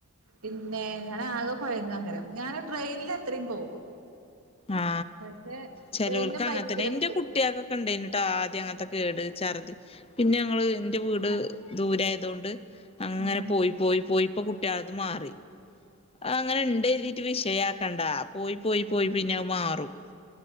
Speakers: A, on the right; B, on the left.
A: പിന്നെ ഞാനാകെ കോയങ്ങാങ്കരം ഞാന് ട്രെയിനിലത്രേം പോവും
B: ആ
A: പക്ഷെ
B: ചെലോൽക്ക്
A: ട്രെയിനിലും
B: അങ്ങനെതന്നെ
A: ബൈക്കിലൊക്കെ
B: ന്റെ
A: പോവും
B: കുട്ട്യോൾക്കൊക്കെണ്ടേനുട്ടോ ആദ്യം അങ്ങനത്തെ കേട് ചർദ്ധി പിന്നെ ഞങ്ങള് ന്റെ വീട് ട് ദൂരെയായതുകൊണ്ട് അങ്ങനെ
A: ആഹ്
B: പോയി പോയി പോയിപ്പൊ കുട്ടിളത് മാറി അങ്ങനെ ഇണ്ട്ഴുതിട്ട് വിഷയാക്കണ്ടാ പോയി പോയി പോയി പിന്നെ അങ്ങ് മാറും